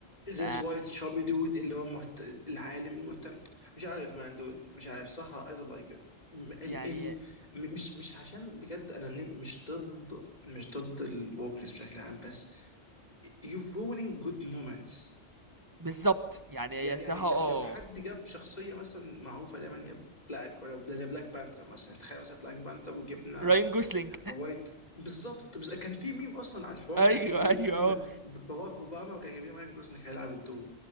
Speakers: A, on the left; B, on the right.
A: ذيس
B: ف
A: وايت شابي دود اللي هو محت... العالم المهتم مش عارف مان دود مش عارف صح اي دونت لايك ات ال
B: يعني
A: ال م- مش مش عشان بجد انا ن- مش ضد مش ضد الوكنس بشكل عام بس يو ruining جود مومنتس
B: بالظبط يعني هي
A: يعني
B: صراحة اه
A: لو لو حد جاب شخصيه مثلا معروفه دايما يا بلاك ولا ده زي بلاك بانثر مثلا تخيل مثلا بلاك بانثر وجبنا
B: راين جوسلينج
A: وايت بالظبط بس كان في ميم اصلا
B: <laughs>
A: على الحوار
B: ايوه
A: ده كان جايبين
B: ايوه
A: فيلم
B: اه
A: ب- باراك اوباما وكان جايبين ماين جوزنك هيلعب الدور